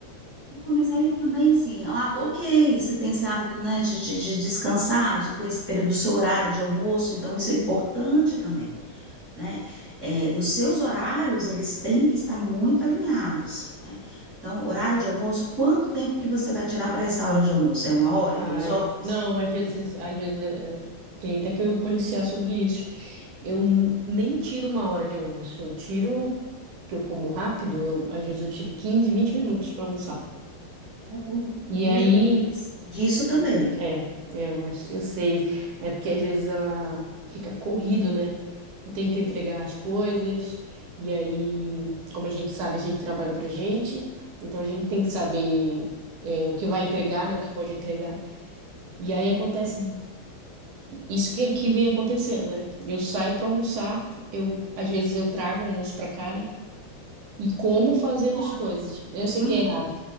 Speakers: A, on the right; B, on the right.
A: Não, Mas aí também, assim, ah, ok, você tem esse hábito, né, de, de, de descansar, de ter esse período do seu horário de almoço, então isso é importante também, né? É, os seus horários, eles têm que estar muito alinhados, né? Então, horário de almoço, quanto tempo que você vai tirar para essa hora de almoço? É uma hora,
B: Ah,
A: duas horas?
B: é. não, às vezes, às vezes é, é, tem até que eu policiar sobre isso. Eu n- nem tiro uma hora de almoço, eu tiro porque eu como rápido, eu- às vezes eu tiro 15 20 minutos para almoçar.
A: Então, o povo
B: E
A: precisa
B: aí,
A: disso também.
B: é, é, eu acho, eu sei, é porque às vezes ah, fica corrido, né? Eu tenho que entregar as coisas, e aí, como a gente sabe, a gente trabalha pra gente, então a gente tem que saber é, o que vai entregar, né? O que pode entregar. E aí acontece isso que aqui vem acontecendo, né? Eu saio para almoçar, eu às vezes eu trago o almoço para cá, né? E como fazendo
A: Pode.
B: as coisas. Eu sei
A: Hum,
B: que é errado,